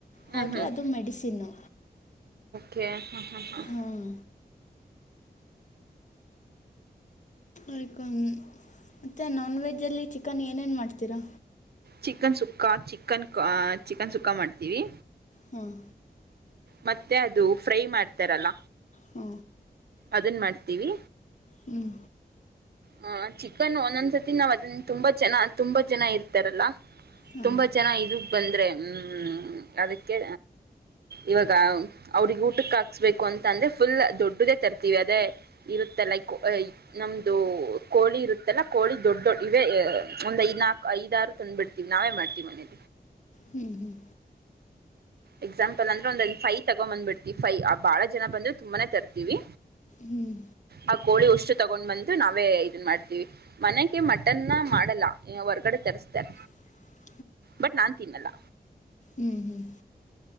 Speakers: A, on the left; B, on the right.
A: ಹಾಗೆ
B: ಹ್ಮ್ ಹ್ಮ್
A: ಅದು ಮೆಡಿಸಿನ್ನು
B: ಓಕೆ ಹಾಂ ಹಾ ಹಾ
A: ಹಾಂ ಆಯಕ ಮತ್ತೆ ನಾನ್ ವೆಜ್ಜಲ್ಲಿ ಚಿಕನ್ ಏನೇನು ಮಾಡ್ತೀರಾ
B: ಚಿಕನ್ ಸುಕ್ಕಾ ಚಿಕನ್ ಚಿಕನ್ ಸುಕ್ಕ ಮಾಡ್ತೀವಿ
A: ಹ್ಮ್
B: ಮತ್ತೆ ಅದು ಫ್ರೈ ಮಾಡ್ತಾರಲ್ಲ
A: ಹ್ಮ
B: ಅದನ್ ಮಾಡ್ತೀವಿ
A: ಹ್ಮ್
B: ಹ ಚಿಕನ್ ಒಂದೊಂದ್ಸತಿ ನಾವ್ ಅದನ್ನ ತುಂಬಾ ಜನ ತುಂಬಾ ಜನ ಇರ್ತಾರಲ್ಲಾ
A: ಹಾಂ
B: ತುಂಬಾ ಜನ ಇದಕ್ ಬಂದ್ರೆ ಹ್ಮ್ ಅದಕ್ಕೆ ಇವಾಗ ಅವ್ರಿಗೆ ಊಟಕ್ಕೆ ಹಾಕ್ಸ್ಬೇಕು ಅಂತ ಅಂದ್ರೆ ಫುಲ್ ದೊಡ್ಡದೇ ತರ್ತೀವಿ ಅದೇ ಇರುತ್ತ ಲೈಕ್ ನಮ್ದು ಕೋಿ ಇರುತ್ತೆಲ್ಲ ಕೋಳಿ ದಡ್ ದೊಡ್ ಇವೇ ಒಂದ ಐದ ನಾಲ್ಕು ಐದಾರು ತಂದು್ಬ ಬಿಡ್ತೀವಿ ನಾವೇ ಮಾಡ್ತೀವಿ ಮನ
A: ಹ್ಮ್ ಹ್ಮ್
B: ಎಕ್ಸಾಂಪಲ್ ಅಂದ್ರ ಒಂದ್ ಫೈ ತಗೊ ಬಂದ್ಬಿಡ್ತಿವಿ ಫೈ ಆ ಬಾಳ ಜನ ಬಂದ್ರೆ ತುಂಬಾನೇ ತರ್ತೀವಿ
A: ಹ್ಮ್
B: ಆ ಕೋಳಿ ಉಷ್ಟು ತಗೊಂಡ್ ಬಂದು ನಾವೇ ಇದನ್ ಮಾಡ್ತೀವಿ ಮನೆಗೆ ಮಟನ್ನ ಮಾಡಲ್ಲ ಹೊರ್ಗಡೆ ತರ ಅತ
A: ಹ <unintelligible>
B: ಬಟ್ ನಾನ್ ತಿನ್ನಲ್ಲ
A: ಹ್ಮ್ ಹ್ಮ್